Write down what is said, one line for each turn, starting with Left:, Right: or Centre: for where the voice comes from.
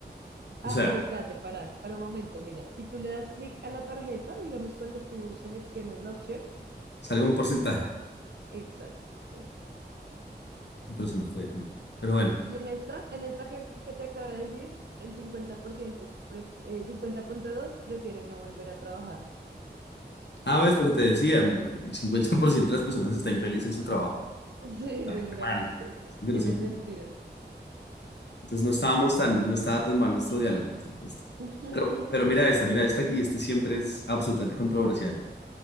Right: Ah,
Left: O sea,
Right: pero espérate, para, para un momento, mira, si tú le das clic a la tarjeta, digamos, cuando tú seleccionas la opción,
Left: sale un porcentaje,
Right: exacto, eso.
Left: pero se me fue, no. Pero bueno,
Right: Y en esta, en esta que, que te acabo de decir, el 50%, pref- eh, cincuenta punto dos, prefiere no volver a trabajar. <laughs>
Left: Ah, ves lo que te decía, mu- el 50% de las personas está infeliz en su trabajo.
Right: Sí, seguramente.
Left: Qué mal. Esto que
Right: Tiene
Left: nos empu-
Right: sentido.
Left: Entonces no estábamos tan, no estaba tan mal nuestro diálogo, por supuesto.
Right: <laughs>
Left: Pero, pero mira esta, mira esta, y este siempre es absolutamente controversial.